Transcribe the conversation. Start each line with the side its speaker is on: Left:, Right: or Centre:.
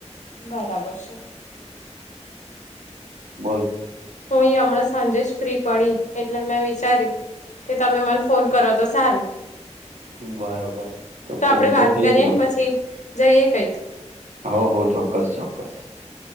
Left: બરાબર છે,
Right: બોલ
Left: હું એ હમણાં સાંજે જ ફ્રી પડી એટલે મેં વિચાર્યું કે તમે મન ફોન કરો તો સારું
Right: બરોબર
Left: તો
Right: ફોન
Left: આપડે વાત
Right: થઈ
Left: કરીએ
Right: ગયો
Left: ને પછી જઈએે કઈક
Right: હો હો ચોક્કસ ચોક્કસ.